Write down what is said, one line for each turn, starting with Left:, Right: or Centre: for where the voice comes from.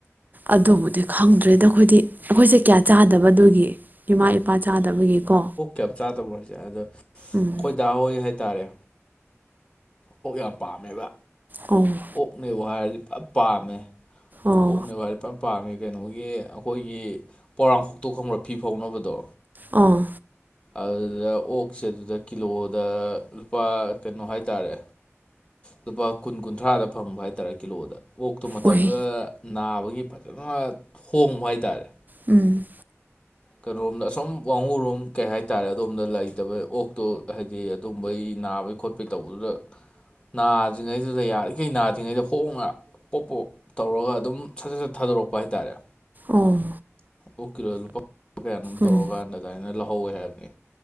Right: ꯑꯗꯨꯕꯨꯗꯤ ꯈꯪꯗ꯭ꯔꯦꯗ ꯑꯩꯈꯣꯏꯗꯤ ꯑꯩꯈꯣꯏꯁꯦ ꯀꯌꯥ ꯆꯥꯗꯕꯗꯨꯒꯤ ꯏꯃꯥ ꯏꯄꯥ ꯆꯥꯗꯕꯒꯤꯀꯣ
Left: ꯌꯥꯝ ꯆꯥꯗꯕꯔꯣ ꯑꯗ ꯑꯩꯈꯣꯏ
Right: ꯎꯝ
Left: ꯗꯥ ꯍꯣꯏꯒꯤ ꯍꯥꯏꯇꯥꯔꯦ ꯑꯣꯛ ꯌꯥꯝ ꯄꯥꯝꯃꯦꯕ
Right: ꯎꯝ
Left: ꯑꯣꯛꯅꯦꯕꯨ ꯍꯥꯏꯔꯗꯤ ꯐ ꯄꯥꯝꯃꯦ
Right: ꯑꯣ
Left: ꯑꯣꯛꯅꯦꯕꯨ ꯍꯥꯏꯔꯗꯤ ꯐ ꯄꯥꯝꯃꯦ ꯀꯩꯅꯣꯒꯤ ꯑꯩꯈꯣꯏꯒꯤ ꯄꯣꯂꯥꯡꯈꯣꯛꯇꯣꯛꯇꯣ ꯈꯪꯕ꯭ꯔ ꯐꯤ ꯐꯧꯅꯕꯗꯣ
Right: ꯑꯥ
Left: ꯑꯗꯨꯗ ꯑꯣꯛꯁꯦ ꯑꯗꯨꯗ ꯀꯤꯂꯣꯗ ꯂꯨꯄꯥ ꯀꯩꯅꯣ ꯍꯥꯏꯇꯥꯔꯦ ꯂꯨꯄꯥ ꯀꯨꯟ ꯀꯨꯟꯊ꯭ꯔꯥꯗ ꯐꯪꯕ ꯍꯥꯏꯇꯥꯔꯦ ꯀꯤꯂꯣꯗ ꯑꯣꯛꯇꯨ ꯃꯇꯝꯗꯨꯗ
Right: ꯑꯣꯏ
Left: ꯅꯥꯕꯒꯤ ꯐꯖꯅ ꯍꯣꯡꯕ ꯍꯥꯏꯇꯥꯔꯦ
Right: ꯎꯝ
Left: ꯀꯩꯅꯣꯔꯣꯝꯗ ꯑꯁꯨꯝ ꯋꯥꯉꯨꯔꯣꯝ ꯀꯩ ꯍꯥꯏꯇꯥꯔꯦ ꯑꯗꯣꯝꯗ ꯂꯩꯇꯕ ꯑꯣꯛꯇꯣ ꯍꯥꯏꯗꯤ ꯑꯗꯨꯝꯕꯩ ꯅꯥꯕꯩ ꯈꯣꯠꯄꯩ ꯇꯧꯕꯗꯨꯗ ꯅꯥꯗ꯭ꯔꯤꯉꯩꯗꯨꯗ ꯌꯥꯔꯤꯈꯩ ꯅꯥꯗ꯭ꯔꯤꯉꯩꯗ ꯍꯣꯡꯅ ꯄꯣꯞ ꯄꯣꯞ ꯇꯧꯔꯒ ꯑꯗꯨꯝ ꯁꯠ ꯁꯠ ꯁꯠ ꯊꯥꯗꯣꯔꯛꯄ ꯍꯥꯏꯇꯥꯔꯦ
Right: ꯑꯣ
Left: ꯑꯣꯛ ꯀꯤꯂꯣꯗ ꯂꯨꯄꯥ ꯀꯌꯥꯅꯣꯝ ꯇꯧꯔ
Right: ꯎꯝ
Left: ꯀꯥꯟꯗ ꯑꯗꯥꯏꯅ ꯂꯧꯍꯧꯋꯦ ꯍꯥꯏꯕꯅꯤ